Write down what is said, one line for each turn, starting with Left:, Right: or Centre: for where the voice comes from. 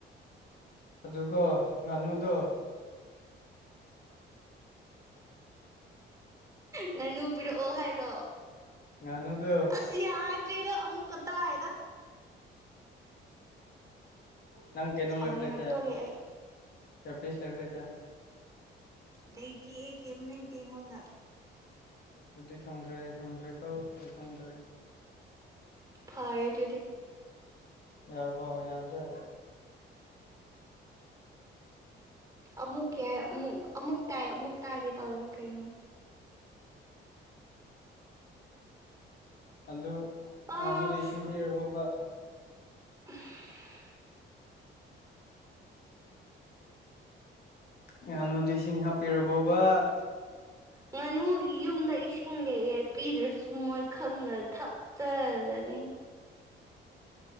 Left: ꯑꯗꯨꯒ ꯉꯥꯅꯨꯗꯣ
Right: ꯉꯥꯅꯨ ꯄꯤꯔꯛꯑꯣ ꯍꯥꯏꯔꯣ
Left: ꯉꯥꯅꯨꯗꯣ
Right: ꯑꯁ ꯁꯤ ꯌꯥ ꯆꯔ ꯑꯃꯃꯨ ꯀꯠꯇ ꯍꯥꯏꯗ
Left: ꯅꯪ ꯀꯩꯅꯣ
Right: ꯁꯥꯎꯅꯤꯡꯉꯛꯇꯣꯔꯦ
Left: ꯂꯕ ꯂꯥꯏꯇ
Right: ꯑꯩ
Left: ꯔ ꯄꯁ ꯂ ꯂꯩꯕ ꯂꯥꯏꯇ
Right: ꯂꯩꯩꯇꯤ ꯑꯩ ꯀꯔꯝ ꯂꯩꯇꯦ ꯑꯩꯉꯣꯟꯗ ꯫
Left: ꯑꯗꯨꯗꯤ ꯈꯪꯗ꯭ꯔꯦ ꯑꯩ ꯈꯪꯗ꯭ꯔꯦ ꯀꯣ ꯑꯩ ꯈꯪꯗ꯭ꯔꯦ ꯫
Right: ꯐꯔꯦ ꯑꯗꯨꯗꯤ
Left: ꯌꯥꯔꯕꯣ ꯌꯥꯗꯦ
Right: ꯑꯃꯨꯛ ꯌꯥꯏ ꯑꯃꯨꯛ ꯑꯃꯨꯛ ꯇꯥꯏ ꯑꯃꯨꯛ ꯇꯥꯗꯦ ꯇꯧꯋꯦ ꯀꯩꯅꯣ ꯫
Left: ꯑꯗꯨ
Right: ꯑꯁ
Left: ꯉꯥꯅꯨꯗ ꯏꯁꯤꯡꯕꯤꯔꯕꯣꯕ ꯫
Right: <unintelligible>
Left: ꯉꯥꯅꯨꯗꯣ ꯏꯁꯤꯡ ꯍꯥꯞꯄꯤꯔꯕꯣꯕ ꯫
Right: ꯉꯥꯅꯨꯒꯤ ꯌꯨꯝꯗ ꯏꯁꯤꯡ ꯂꯩꯑꯦ ꯄꯤꯗ꯭ꯔꯁꯨ ꯃꯣꯏ ꯈꯪꯅ ꯊꯛ ꯆꯥꯖꯅꯤ